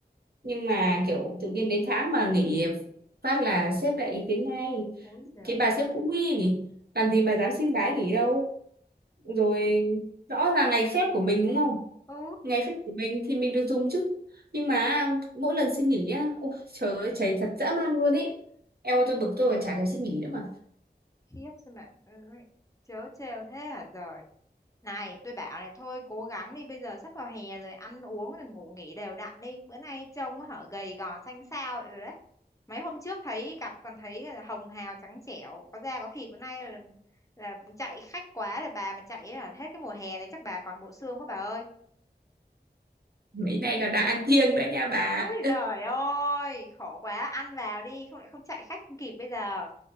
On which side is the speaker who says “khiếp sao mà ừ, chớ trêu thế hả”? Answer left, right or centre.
Left